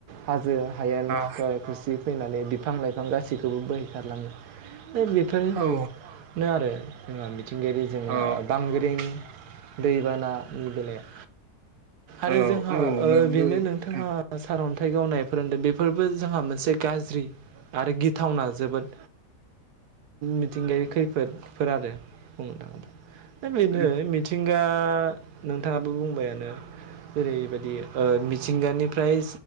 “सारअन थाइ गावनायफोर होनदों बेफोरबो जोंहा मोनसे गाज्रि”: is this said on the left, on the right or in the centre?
Right